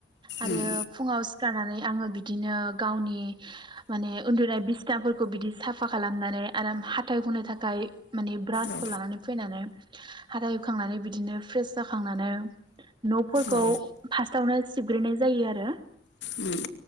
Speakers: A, on the right; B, on the left.
A: आरो
B: उम
A: फुङाव सिखारनानै आङो बिदिनो गावनि माने उन्दुनाय बिसनाफोरखौ बिदि साफा खालामनानै आरो हाथाइ हुनो थाखाय माने ब्रासखौ
B: औ
A: लानानै फैनानै हाथाय हुखांनानै बिदिनो फ्रेस जाखांनानै न'फोर खौ
B: औ
A: फास्टावनो सिबग्रोनाय जायो आरो
B: उम उम